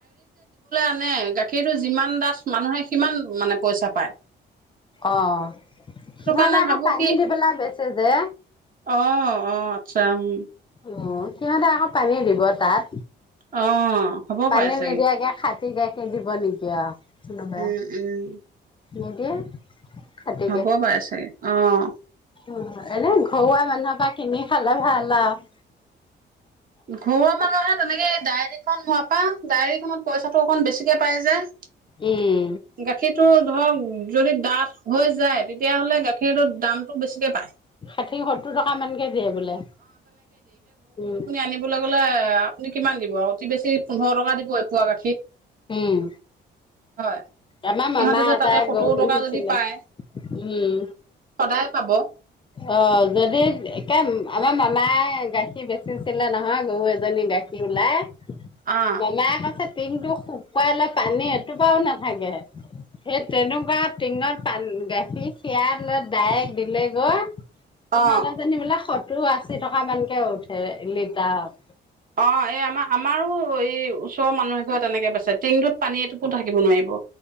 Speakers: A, on the right (about 50°); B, on the left (about 25°).
A: মানে গাখীৰটো যিমান ডাঠ মানুহে সিমান মানে পইচা পায়
B: অ',
A: সেইটো
B: নহ'লে
A: কাৰণে
B: আকৌ
A: ভাবো
B: পানী
A: কি
B: দি পেলাই বেচে যে।
A: অ', অ', আচ্ছা, উম।
B: অ' সিহঁতে আকৌ পানী দিব তাত।
A: অ হ'ব
B: পানী
A: পাৰে চাগে
B: নিদিয়াকে খাটি গাখীৰ দিব নেকি আৰু কোনোবাই।
A: উম উম
B: নিদিয়ে। খাটি
A: হ'ব বাৰু চাগে অ'।
B: উম, এনে ঘৰুৱা মানুহৰ পৰা কিনি খালে ভাল আৰু
A: ঘৰুৱা মানুহে তেনেকে ডায়েৰীখন হোৱাৰ পৰা ডায়েৰীখনত পইচাটো অকণ বেছিকৈ পায় যে।
B: উম
A: গাখীৰটো ধৰক যদি ডাঠ হৈ যায় তেতিয়াহ'লে গাখীৰটো দামটো বেছিকে পায়।
B: ষাঠি সত্তৰ টকা মানকে দিয়ে বোলে উম।
A: <unintelligible> এ, আপুনি কিমান দিব অতি বেছি পোন্ধৰ টকা দিব এপোৱা গাখীৰ।
B: উম।
A: হয়
B: আমাৰ
A: সিহঁতে
B: মামা
A: যে
B: এটা
A: তাতে সত্তৰ
B: গৰু পুহিছিলে
A: টকা যদি পায়
B: উম
A: সদায় পাব
B: অ যদি একে আমাৰ মামাই গাখীৰ বেচিছিলে নহয়। গৰু এজনী গাখীৰ ওলায়।
A: অ
B: মামাই কৈছে টিংটো শুকোৱে পানী এইটোপাও ন থাকে। সেই তেনেকুৱা টিনত পান, গাখীৰ খীৰাই লৈ ডাইৰেক্ট দিলে গৈ
A: অ
B: ইহঁত এজনী বোলে স। টো আশী টকা মানকে উঠে লিটাৰত।
A: অ এই আমাৰ আমাৰো। আকৌ, এই ওচৰৰ মানুহ এঘৰে তেনেকে বেচ টিং টোত পানী এটুপো থাকিব নোৱাৰিব